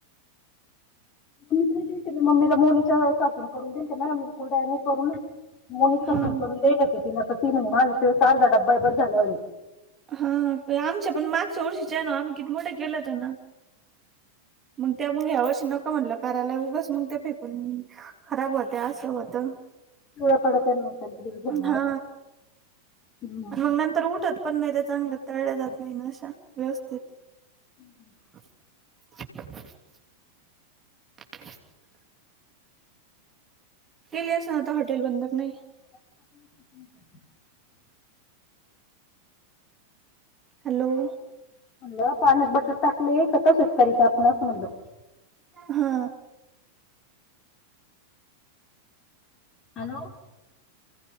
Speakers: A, on the left (about 30°); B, on the right (about 20°).
A: मम्मी तरी दे ना मम्मीला, मुलीच्या सासून करून देलत ना, म कुरडयानी करून ना. मोनीथपन
B: हा
A: करून देत होती तिन ती म्माझं ते आर्धा डब्बा झाल्यावर.
B: हा आमच्या पण मागच्या वर्षीचे नाही किती मोठे केलंहोते ना. मग त्या मग ह्या वर्षी नक म्हटलं करायला उगच मग ते फेकून. खराब होत असं होतं.
A: पिवळ्यापडतात झाले दिवस.
B: हा
A: हम्म.
B: आणि मग नंतर उठत पण नाही त्या चांगल्या तळल्या जात नाही ना अशा व्यवस्थित.
A: हम् ह. <unintelligible>
B: <unintelligible> <unintelligible> <unintelligible> गेली असेल ना आता हॉटेल बंद नाही.
A: <unintelligible>
B: हॅलो....
A: <unintelligible>
B: हा.
A: हॅलो. !